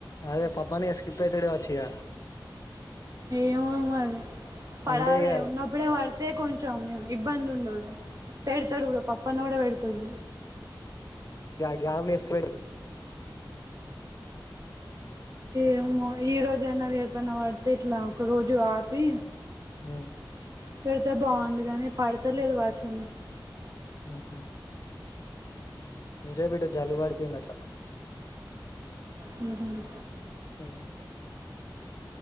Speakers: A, on the left; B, on the right.
A: అదే పప్పాన్న స్కిప్ అయితడు గా వచ్చు ఇగ
B: ఏమో మరి పడాలి
A: ఉంటే ఇక
B: ఉన్నప్పుడే పడు అదే కొంచెం మేము ఇబ్బంది ఉండదు. పెడతాడు పప్పన్న కూడా పెడతాడు.
A: య గ్యావులే ఎస్క్వేర్‌
B: ఏమో ఈ రోజైనా రేపైనా పడితే ఎట్లా ఒక రోజు ఆపి
A: ఉ
B: పడితే బాగుండు గానీ పడతాలేదు వర్షం
A: ఆహ చ ఇంతసేపు ఇట్లా జల్లు పడిపోయింది అట్లా
B: మ్
A: మ్